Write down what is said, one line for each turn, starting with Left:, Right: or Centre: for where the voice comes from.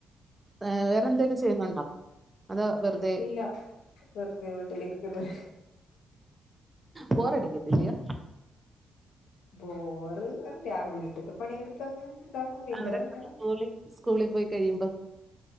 Right: ആഹ് വേറെന്തെങ്കിലും ചെയ്യുന്നുണ്ടോ അത വെറത
Left: ഇല്ല വെറുതെ വീട്ടിലിരിക്കുന്നു
Right: ബോറടിക്കത്തില്ലയോ
Left: ബോറ് വീട്ടത്തെ പണിയെടുത്തങ് ഇതാക്കും പിന്നെ
Right: അവരൊക്കെ
Left: ഇങ്ങനെ
Right: സ്കൂളിൽ സ്കൂളിൽ പോയി കഴിയുമ്പോ